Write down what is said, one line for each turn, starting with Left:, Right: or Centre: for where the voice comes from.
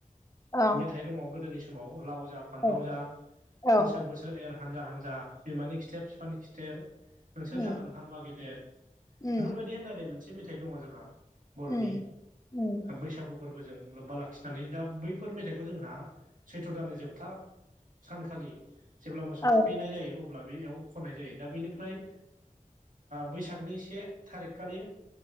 Left: औ
Right: मेथाइ दङ गोदोनि समाव लाव जा फान्थाव
Left: औ
Right: जा
Left: औ
Right: बोसोर बोसोर सोर एर हानजा हानजा बिमानि खिथेर बिफानि खिथेर
Left: उम
Right: सोर जागोन हामवा गेदेर
Left: उम
Right: बेफोरबायदि होनलनायनाय मोनसे मेथाइ दङ जोंहा बर'नि
Left: उम उम
Right: बैसागु फोरबोजों लोब्बा लाखिनानै दा बैफोर मेथाइखौ जोंहा सैथ्र' दाननि जोबथा सानखालि जेब्ला मोसौ
Left: औ
Right: थुखैनाय जायो अब्ला बेयाव खननाय जायो दा बेनिफ्राय बैसागनि से थारिख खालि